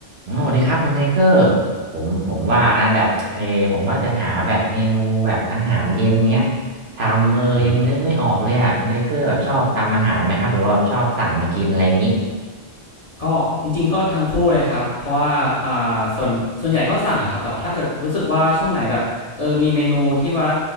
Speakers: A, on the right (about 65°); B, on the left (about 40°).
A: อ๋อสวัสดีครับคุณไทเกอร์ผมผมว่านะแบบเออผมว่าจะหาแบบเมนูแบบอาหารเย็นเนี้ยทำเออยังนึกไม่ออกเลยอ่ะคุณไทเกอร์แบบชอบทำอาหารไหมครับหรือว่าแบบชอบสั่งมากินอะไรอย่างนี้
B: อืมก็จริงๆก็ทั้งคู่เลยครับเพราะว่าอ่าส่วนส่วนใหญ่ก็สั่งแหละครับแต่ว่าถ้าเกิดรู้สึกว่าช่วงไหนแบบเออมีเมนูที่ว่า